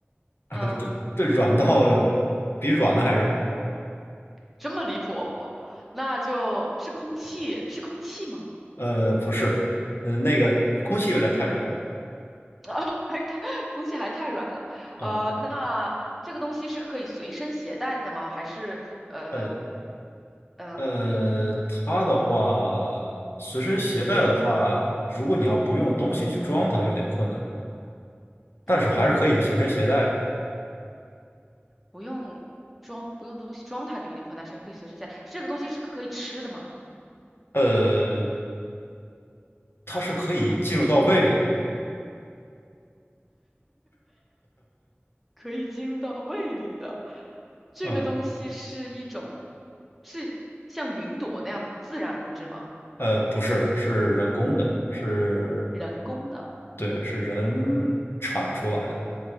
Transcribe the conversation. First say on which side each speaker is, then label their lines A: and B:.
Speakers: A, on the left; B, in the centre.
A: <laughs>
B: 嗯，
A: 对对，软到比软的还软。
B: 这么离谱？那就是空气，是空气吗？
A: 呃，不是，呃，那个空气有点太软，
B: <laughs> 啊，还太，空气还太软了。
A: 嗯，
B: 呃，那这个东西是可以随身携带的吗？还是，呃，
A: 呃
B: 嗯、
A: 呃，
B: 呃
A: 它的话，随身携带的话，如果你要不用东西去装它，有点困难，但是还是可以随身携带的。
B: 嗯。不用装，不用东西装它就有点宽大，是可以随身带。这个东西是可以吃的吗？
A: 呃，它是可以进入到胃里的，
B: 可以进入到胃里的。这个东西是一种，
A: <laughs> 嗯。
B: 是像云朵那样的自然物质吗？
A: 呃，不是，是人工的，是，
B: 人工的，
A: 对，是人产出来的。